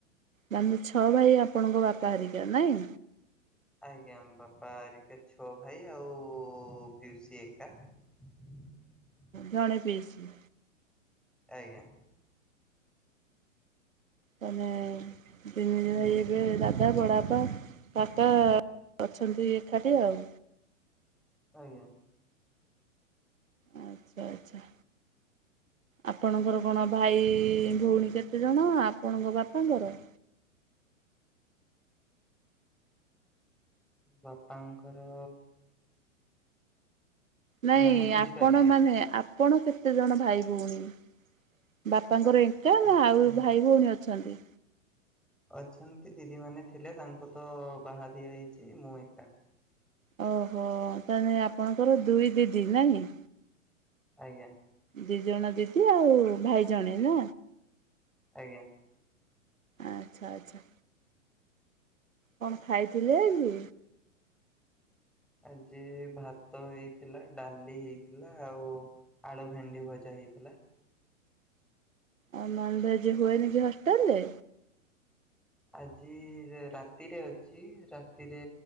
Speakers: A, on the right (about 75°); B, in the centre.
A: ତାଆନେ ଛଅ ଭାଇ ଆପଣଙ୍କ ବାପା ହରିକା ନାଇଁ।
B: ଆଜ୍ଞା ଆମ ବାପା ଆରିକା ଛଅ ଭାଇ ଆଉ ପିଉସୀ ଏକା। <inaudible>
A: ଜଣେ ପିଇସୀ।
B: ଆଜ୍ଞା।।
A: ତାନେ ତିନି ଭାଈ ଏବେ ଦାଦା ବଡଆପା ବାପା ଅଛନ୍ତି ଏକାଠି ଆଉ।
B: ଆଜ୍ଞା।
A: ଆଚ୍ଛା ଆଚ୍ଛା।
B: <inaudible>
A: ଆପଣଙ୍କର କଣ ଭାଇ ଭଉଣୀ କେତେଜଣ ଆପଣଙ୍କ ବାପାଙ୍କର?
B: ବାପାଙ୍କର
A: ନାଇଁ
B: ମାନେ ବୁଝିପାରିଲେନି
A: ଆପଣ ମାନେ ଆପଣ କେତେ ଜଣ ଭାଇ ଭଉଣୀ ବା ବାପାଙ୍କର ଏକା
B: ଆଚ୍ଛା।
A: ନା ଆଉ ଭାଇ ଭଉଣୀ ଅଛନ୍ତି।
B: ଅଛନ୍ତି ଦିଦି ମାନେ ଥିଲେ ତାଙ୍କୁ ତ ବାହା ଦିଆ ହେଇଛି ମୁଁ ଏକା।
A: ଓହୋ ତାହା ହେଲେ ଆପଣଙ୍କର ଦୁଇ ଦିଦି ନାଇଁ।
B: ଆଜ୍ଞା।
A: ଦି ଜଣ ଦିଦି ଆଉ ଭାଇ ଜଣେ ନା?
B: ଆଜ୍ଞା।
A: ଆଚ୍ଛା ଆଚ୍ଛା। କଣ ଖାଇଥିଲେ ଆଜି?
B: ଆଜି ଭାତ ହେଇଥିଲା ଡ଼ାଲି ହେଇଥିଲା ଆଉ ଆଳୁ ଭେଣ୍ଡି ଭଜା ହେଇ ହେଲା।
A: ଆଉ ନନଭେଜ୍ ହୁଏନ କି ହଷ୍ଟେଲ ରେ।
B: ଆଜି ରାତିରେ ଅଛି ରାତିରେ